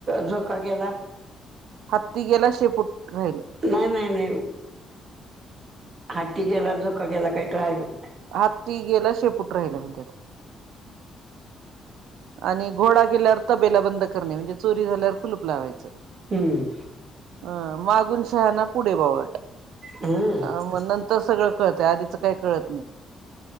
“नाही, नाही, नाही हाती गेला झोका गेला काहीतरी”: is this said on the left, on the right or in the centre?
Right